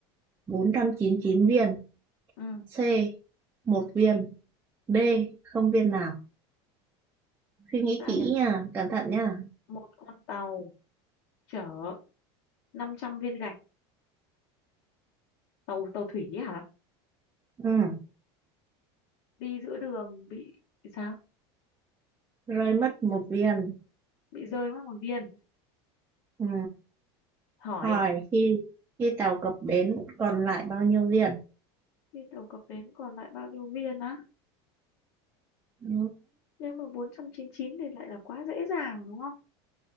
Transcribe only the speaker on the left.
ừ.
Sao
nhỉ?
Một con tàu chở 500 viên gạch, tàu tàu thủy ấy hả?
Đi giữa đường bị bị sao?
Bị rơi mất một viên.
Hỏi
trên tàu có bến còn lại bao nhiêu viên á?
Nếu mà 499 thì lại là quá dễ dàng đúng không?